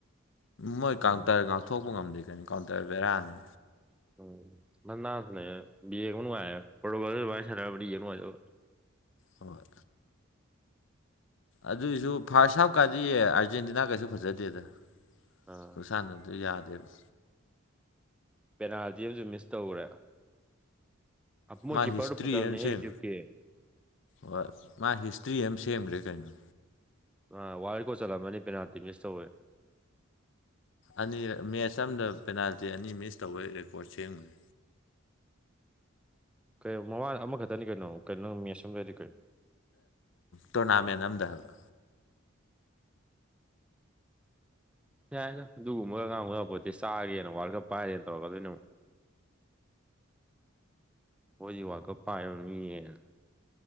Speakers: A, on the left; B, in the centre.
A: ꯃꯣꯏ ꯀꯥꯟꯎꯇꯔ
B: ꯎꯝ
A: ꯊꯣꯛꯄ ꯉꯝꯗꯦ ꯀꯩꯅꯣ ꯀꯥꯎꯟꯇꯔ ꯕꯦꯔꯥꯅꯤ
B: ꯎꯝ <unintelligible> ꯌꯦꯡ ꯅꯨꯡꯉꯥꯏꯗꯧꯕ
A: ꯍꯣꯏ ꯑꯗꯨꯏꯁꯨ ꯐꯥꯔꯁ ꯍꯥꯞꯀꯥꯗꯤ ꯑꯥꯔꯖꯦꯟꯇꯤꯅꯥ ꯀꯩꯁꯨ ꯐꯖꯗꯦꯗ
B: ꯑꯥ
A: ꯈꯨꯠꯁꯥꯟꯅꯗꯨ ꯌꯥꯗꯦꯕ
B: ꯄꯦꯅꯥꯜꯇꯤ ꯑꯃꯁꯨ ꯃꯤꯁ ꯇꯧꯈ꯭ꯔꯦ ꯃꯣꯏ
A: ꯃꯥ
B: ꯀꯤꯞꯄꯔꯗꯨ
A: ꯍꯤꯁꯇ꯭ꯔꯤ
B: ꯐꯖꯕꯅꯦꯍꯦ
A: ꯑꯃ ꯁꯦꯝ
B: ꯏꯖꯤꯞꯀꯤ
A: ꯍꯣꯏ ꯃꯥ ꯍꯤꯁꯇ꯭ꯔꯤ ꯑꯃ ꯁꯦꯝꯒ꯭ꯔꯦ ꯀꯩꯅꯣ
B: ꯃꯥ ꯋꯥꯔꯜ ꯔꯦꯀꯣꯠ ꯆꯠꯂꯝꯃꯅꯤ ꯄꯦꯅꯥꯜꯇꯤ ꯃꯤꯁ ꯇꯧꯕꯩ
A: ꯑꯅꯤꯔꯛ ꯃꯦꯠꯆ ꯑꯝꯗ ꯄꯦꯅꯥꯜꯇꯤ ꯑꯅꯤ ꯃꯤꯁ ꯇꯧꯕ ꯔꯦꯀꯣꯔꯠ ꯁꯦꯝꯒ꯭ꯔꯦ
B: ꯀꯩꯅꯣ ꯃꯃꯥꯡ ꯑꯃꯈꯛꯇꯅꯤ ꯀꯩꯅꯣ ꯀꯩꯅꯣ ꯃꯦꯁ ꯑꯃꯗꯗꯤ ꯀꯩꯅꯣ
A: ꯇꯣꯔꯅꯥꯃꯦꯟ ꯑꯝꯗ ꯍꯥꯏꯕ
B: ꯌꯥꯏ ꯑꯗꯨꯒꯨꯝꯕꯒ ꯑꯥꯡꯕ ꯄꯣꯠꯇꯤ ꯆꯥꯒꯦꯅ ꯋꯥꯔꯜ ꯀꯞ ꯄꯥꯏꯔꯦꯅ ꯇꯧꯔꯀꯗꯣꯏꯅꯦꯕꯣ ꯍꯣꯏ ꯍꯧꯖꯤꯛ ꯋꯥꯀ ꯄꯥꯏꯕ ꯅꯃꯤ ꯌꯦꯡꯉꯦ